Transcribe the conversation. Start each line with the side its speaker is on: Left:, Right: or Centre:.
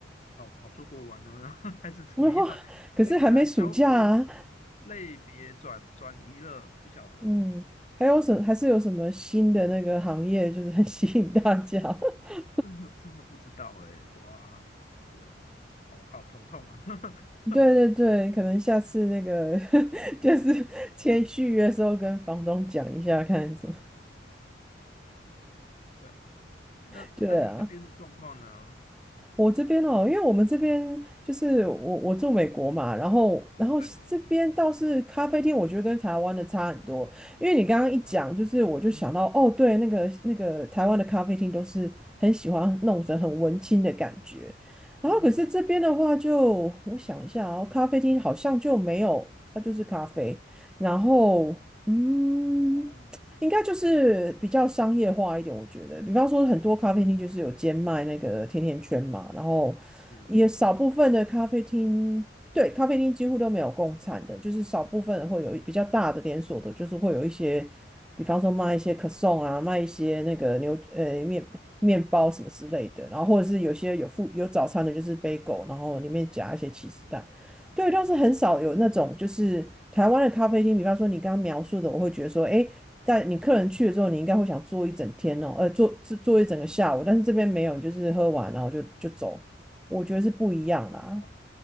Left: 跑跑出国玩了，然后 <laughs> 还是怎么样，
Centre: <laughs> 可是还没暑假啊。
Left: 所以可能消费类别转转移了，不晓得。
Centre: 嗯，还有什还是有什么新的那个行业，就是很 <laughs> 吸引大家？<laughs>
Left: <laughs> 真的真的不知道哎、哇，呃，好好头痛啊。<laughs>
Centre: 对对对，可能下次那个 <laughs> 就是签续约的时候跟房东讲一下，看什么。
Left: 对啊，那那你那边的状况呢？
Centre: <laughs> 对啊。我这边哦，因为我们这边就是我我住美国嘛，然后然后这边倒是咖啡厅，
Left: 对，
Centre: 我觉得跟台湾的差很多。因为你刚刚一讲，
Left: 嗯
Centre: 就是我就想到哦，
Left: 嗯
Centre: 对，那个那个台湾的咖啡厅都是很喜欢弄成很文青的感觉，然后可是这边的话就，
Left: 嗯，
Centre: 我想一下哦，咖啡厅好像就没有，它就是咖啡，然后嗯。
Left: 哦，
Centre: 应该就是比较商业化一点，我觉得，比方说很多咖啡厅就是有兼卖那个甜甜圈嘛，然后
Left: 是，
Centre: 也少部分的咖啡厅，对，咖啡厅几乎都没有供餐的，就是少部分会有比较大的连锁的，就是会有一些，比方说卖一些可颂啊，卖一些那个牛呃面面包什么之类的，然后或者是有些有附有早餐的，就是 b 狗，然后里面夹一些起司蛋。对，倒是很少有那种，就是台湾的咖啡厅，比方说你刚刚描述的，我会觉得说，诶，在你客人去了之后，
Left: 嗯，
Centre: 你应该会想坐一整天哦，呃，坐坐坐一整个下午，但是这边没有，你就是喝完然后就就走，我觉得是不一样啦。
Left: 哦，